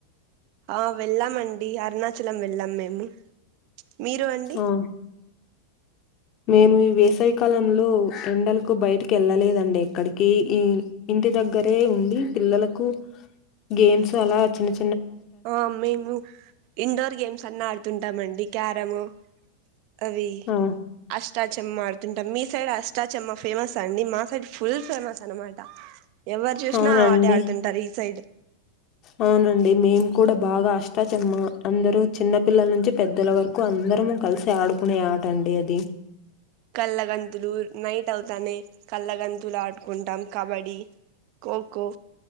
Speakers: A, on the right; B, on the left.
A: ఆ వెళ్ళామండి అరుణాచలం వెళ్ళాం మేము మీరు అండి
B: ఆ మేము ఈ వేసావి కాలంలో ఎండలకు బయటకి వెళ్ళలేదండి ఇక్కడికి ఈ ఇంటి దగ్గరే ఉండి పిల్లలకు గేమ్స్ అలా చిన్న చి
A: ఆ మేము ఇన్ండోర్ గేమ్స్ అన్నా ఆడ్ గుతుంటామండి క్యారము అవి
B: ఆ
A: అష్టా చెమ్మా ఆడుతుంటాం మీ సైడ్ అష్టా చెమ్మ ఫేమస్ అండి మా సైడ్ ఫుల్ ఫేమస్ అన్ మాట ఎవరు చూసినా
B: అవునండి
A: ఆ ఆట ఆడుతుంటారు ఈ సైడ్
B: అవునండి మేం కూడా బాగా అష్టాచమ్మ అందరూ చిన్నపిల్లల నుంచి పెద్దల వరకు అందరము కలిసి ఆడుకునే ఆట అండి అది
A: కల్ళగంతూలూర్ నైట్ అవుతానే కళ్ళగంతులు ఆడుకుంటాం కబడ్డీ ఖోఖో